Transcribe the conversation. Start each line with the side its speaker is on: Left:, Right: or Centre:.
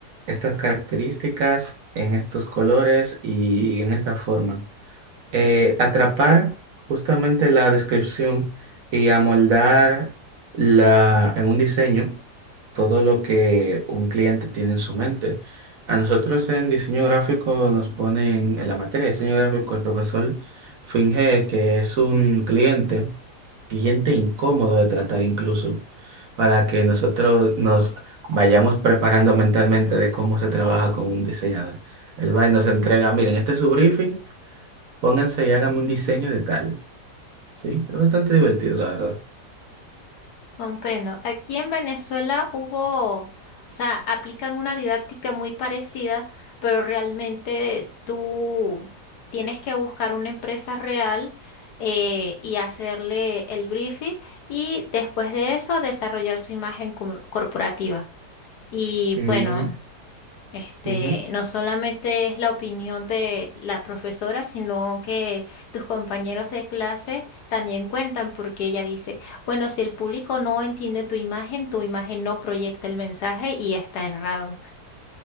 Right: estas características, en estos colores y en esta forma. eh, atrapar justamente la descripción y amoldar la, en un diseño todo lo que un cliente tiene en su mente. A nosotros en diseño gráfico nos ponen, en la materia de diseño gráfico, el profesor finge que es un cliente, cliente incómodo de tratar incluso, para que nosotros nos vayamos preparando mentalmente de cómo se trabaja con un diseñador. Él va y nos entrega, miren, este es su briefing. Pónganse y háganme un diseño de tal. Sí, es bastante divertido, la verdad.
Left: Comprendo. Aquí en Venezuela hubo, o sea, aplican una didáctica muy parecida, pero realmente tú tienes que buscar una empresa real eh, y hacerle el briefing y después de eso desarrollar su imagen cor- corporativa. Y
Right: Mm,
Left: bueno, este,
Right: ujú,
Left: no solamente es la opinión de la profesora, sino que tus compañeros de clase también cuentan porque ella dice, bueno, si el público no entiende tu imagen, tu imagen no proyecta el mensaje y está errado.